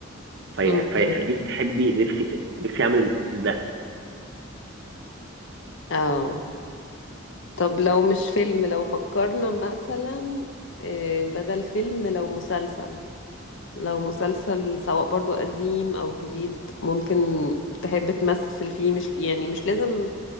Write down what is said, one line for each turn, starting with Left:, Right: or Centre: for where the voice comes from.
Right: في
Left: أمم.
Right: فيخليك تحبي نفسك نفسي اعمل ده
Left: اه طب لو مش فيلم لو فكرنا مثلا آه، بدل فيلم لو مسلسل لو مسلسل سواء برضو قديم او جديد ممكن تحب تمثل فيه مش يعني مش لازم